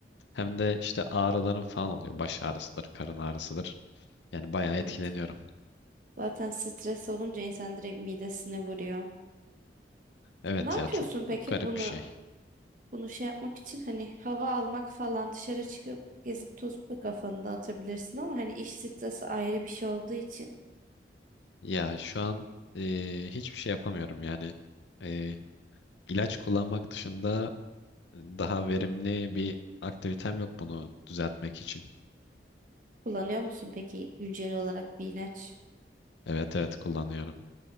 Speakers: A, on the left; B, on the right.
A: hem de işte ağrılarım falan oluyor. Baş ağrısıdır, karın ağrısıdır. Yani bayağı etkileniyorum.
B: Hmm. Zaten stres olunca insan direkt midesine vuruyor.
A: Evet
B: Ne yapıyorsun
A: ya çok
B: peki
A: çok garip
B: bunu
A: bir şey.
B: Bunu şey yapmak için hani hava almak falan dışarı çıkıp gezip tozup da kafanı dağıtabilirsin ama hani iş stresi ayrı bir şey olduğu için
A: Ya şu an e, hiçbir şey yapamıyorum yani. E, ilaç kullanmak dışında daha verimli bir aktivitem yok bunu düzeltmek için.
B: kullanıyor musun peki güncel olarak bir ilaç?
A: Evet evet kullanıyorum.